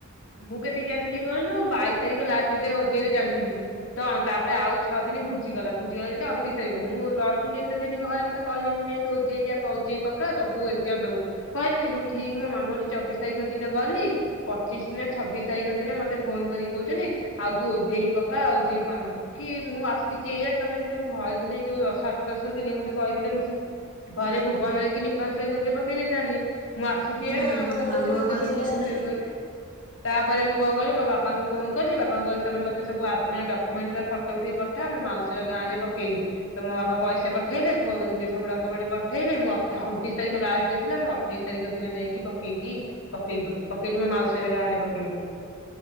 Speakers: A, on the left; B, on the left.
A: ମୁଁ କେତିକି ଜାଣିଥିଲି କହିଲୁ ବାଇଶି ତାରିଖ ଲାଷ୍ଟ ଡେଟ ଓଜେରେ ଜାଣିଥିଲି। ତ ତାପରେ ଆଉ ଛଅ ଦିନ ଘୁଞ୍ଚିଗଲା ଘୁଞ୍ଚିଗଲା ଯେମିତି ଅଣତିରିଶ ତାରିଖ। ମୁଁ ରହିଲି ଏତେ ଦିନ ଘରେ ମତେ କହିଲେ କି ନାଇଁ ତୁ ଓଜେଇ ଯା ପ ପକା ସବୁ ଏକଜାମ ଦବୁ କହିଲେନି। ମୁଁ ଠିକ ମୋ ମାମୁଁ ଠିକ ଚବିଶ ତାରିଖ ଦିନ ଗଲି। ପଚିଶ ନା ଛବିଶ ତାରିଖ ଦିନ ମତେ ଫୋନ କରିକ କହୁଛନ୍ତିି। ଆଉ ତୁ ଓଜେଇ ପକା ଓଜେଇ ଫର୍ମ। କି ମୁଁ ଆସିଛି ଏଇଆଡେ ତମେ ଯେତବେଳେଁ ଘରେ ଥିଲି। ଯୋଉ ଦଶ ଆଠ ଦଶ ଦିନ ମତେ କହିଥିଲେ। ମୁଁ ସେ ଘରେ ଭୁବନ ହେଇକି ନିପାନ ସାହି କତରେି ପକେଇ ଦେଇଥାନ୍ତି। ମୁଁ ଆସିଚି
B: ହୁଁ
A: ଏଇଆଡେ ତମେ ମତେ କହୁଛ।
B: ଆଗୁଆ
A: ମୁଁ
B: କହିଥିଲେ
A: କେତେବେଳକୁ କଣ
B: ସିନା।
A: ପକେଇବି କହିଲୁ। ତାପରେ ମୁଁ କଣ କହିଲିି। ମୋ ବାପାଙ୍କୁ ଫୋନ କଲି ବାପା ଙ୍କୁ କହିଲି। ତମେ ମତେ ସବୁ ଆ ଡକ୍ୟୁମେଣ୍ଟରା ଫଟୋ ଉଠେଇ କି ପଠା। ମୁଁ ମାଉସୀର ଗାଁରେ ପକେଇବି। ତ ମୋ ବାପ ପଇସା ପଠେଇଲେ। ନିଜେ ସବୁ ଡକ୍ୟୁମେଣ୍ଟ ପଠେଇଲେ ମୁଁ ଅଣତିଶ ତାରିଖ ଲାଷ୍ଟ ଡେ ଥିଲା। ମୁଁ ଅଠେଇଶି ତାରିଖ ଦିନ ଯାଇକି ପକେଇକି ପକେଇଲି। ପକେଇଲି ବୋ ମାଉସୀ ହର ଗାଁରେ ପକେଇଲି।